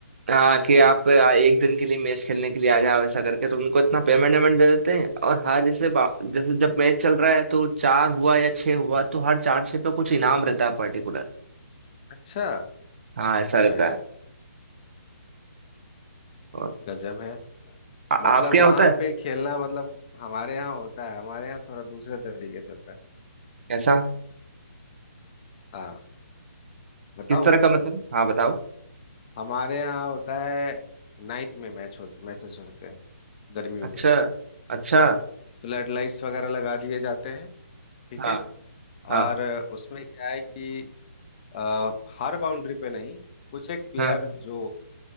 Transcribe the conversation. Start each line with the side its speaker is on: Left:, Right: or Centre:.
Right: हाँ कि आप आ, एक दिन के लिए मैच खेलने के लिए आ जाओ ऐसा करके तो उनको इतना पेमेंट वेमेंट दे देते हैं और हर जैसे बा- जैसे जब मैच चल रहा है तो चार हुआ या छह हुआ तो हर चार छह पे कुछ इनाम रहता है पर्टिकुलर
Left: अच्छा
Right: हाँ ऐसा रहता
Left: वाह यार
Right: है और
Left: गजब है
Right: आ, आपके
Left: मतलब वहां
Right: यहाँ होता है
Left: पे खेलना मतलब हमारे यहाँ होता है हमारे यहाँ थोड़ा दूसरे तरीके से होता है
Right: कैसा
Left: हाँ बताऊं
Right: किस तरह का मतलब हाँ बताओ
Left: हमारे यहाँ होता है नाइट में मैच हो, मैचेस होते हैं गर्मियों
Right: अच्छा
Left: में
Right: अच्छा
Left: तो लाइट लाइट्स वगैरह लगा दिए जाते हैं ठीक
Right: हाँ
Left: है
Right: हाँ
Left: और उसमें क्या है कि अ, हर बाउंड्री पे नहीं कुछ एक प्लेयर
Right: हाँ
Left: जो